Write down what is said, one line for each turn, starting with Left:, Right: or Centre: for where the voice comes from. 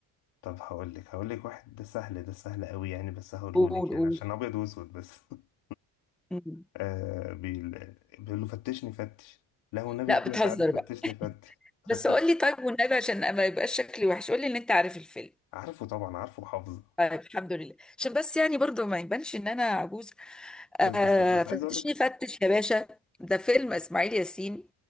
Left: طب هقول لك هقول لك واحد ده سهل ده سهل قوي يعني بس هقوله
Centre: قول
Left: لك
Centre: قول
Left: يعني عشان أبيض وأسود بس <laughs>
Centre: مم.
Left: آه بيقول بيقول له فتشني فتش لا والنبي
Centre: لا
Left: يا أخويا
Centre: بتهزر
Left: تعالى فتشني
Centre: بقى
Left: فتش <laughs>
Centre: بس قول لي طيب والنبي عشان ما يبقاش شكلي وحش قول لي ان انت عارف الفيلم
Left: عارفه طبعا عارفه وحافظه
Centre: طيب الحمد لله عشان بس يعني برضو ما يبانش ان انا عجوز
Left: بس
Centre: آه
Left: بس بس
Centre: فتشني
Left: عايز أقول لك
Centre: فتش يا باشا ده فيلم اسماعيل ياسين